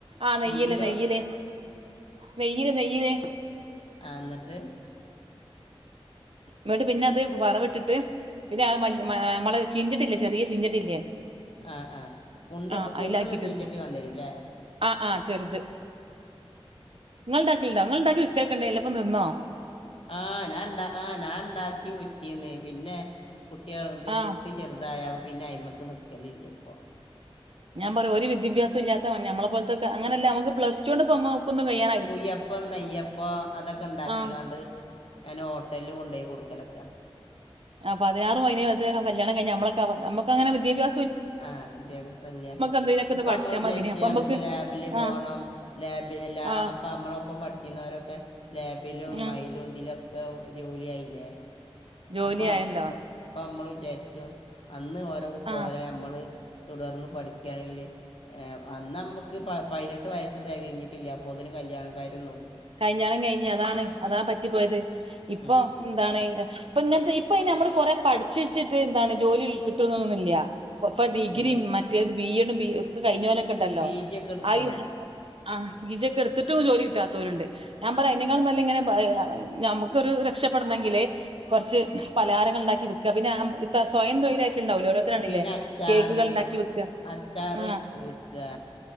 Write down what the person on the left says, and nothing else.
നെയ്യില
ആഹ് ഇന്നട്ട്
ആഹ് ആഹ് കുണ്ട്
കുണ്ട്ള്ള
ചീൻചട്ടി
വാണ്ടെരും ലെ
ആഹ് ഞാണ്ടാ ആഹ് ഞാൻ രണ്ടാം ഞാൻ ഇണ്ടാക്കി വിറ്റീന്ന് പിന്നെ കുട്ട്യാൾക്ക്
കുട്ടി ചെർ തായപ്പം പിന്നെ അയ്മ്മയ്ക്ക് നിക്കലില്ല ഇപ്പോ
കുയ്യപ്പം നെയ്യപ്പം അതൊക്കെ ഇണ്ടാക്കാണ്ട്
ഞാൻ ഹോട്ടൽല്ല് കൊണ്ടെയ് കൊട്ക്കലൊക്ക
ആഹ് വിദ്യാഭ്യാസല്യ.
ഇപ്പമ്മള്
വിചാരിച്യാ
ഞമ്മക്ക് ലാബില് പോണം.
ലാബില് ലാ
അപ്പം ഞമ്മളൊപ്പം പഠിച്ചിര്ന്നൊരൊക്കെ ലാബിലും
അയിലും ഇതിലൊ ക്കെ ജോലിയായിലെ.
അപ്പം
അപ്പം ഞമ്മള് വിചാരിച്ചും അന്ന് ഓരോ ക്കെ പോരെ
നമ്മള് തുടർന്ന് പഠിക്കയാണെങ്കില് ഏഹ് അന്നമ്മക്ക് പ പയിനെട്ട് വയസ്സ് തെകഞ്ഞിട്ടില്ല. അപ്പൊതിന് കല്യാണ കാര്യം നോക്കും.
ഉം.
ഇല്ല ഇല്ല
പി ജി ഒക്കെ എടുക്കണം
പിന്നെ അച്ചാറ്
അച്ചാറ്
വിറ്റ് വിൽക്കുക